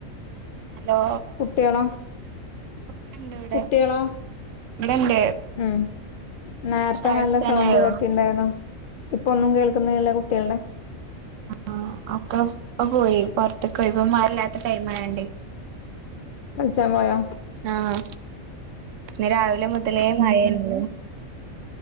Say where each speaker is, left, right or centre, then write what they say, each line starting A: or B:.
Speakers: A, on the right (about 70°); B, on the left (about 70°).
A: ഹലോ
B: കുട്ടികളോ
A: ഒക്കെണ്ട് ഇവിടെ
B: കുട്ടികളാ
A: ഇവിടെണ്ട്
B: ഉം നേരത്തെ
A: ചായ
B: നല്ല
A: കുടിച്ചാനായോ
B: സൗണ്ട് കേട്ടിണ്ടായിനു ഇപ്പൊന്നും കേൾക്കുന്നില്ല കുട്ടികളുടെ
A: ആഹ് ഒക്കെ ഇപ്പൊ പോയി പൊർത്തക്കൊയി പ്പൊ മഴ ഇല്ലാത്ത ടൈം ആയൊണ്ട്.
B: കളിച്ചാമ്പൊയോ?
A: ആഹ് ഇന്ന് രാവിലെ മുതലേ മഴയാണ്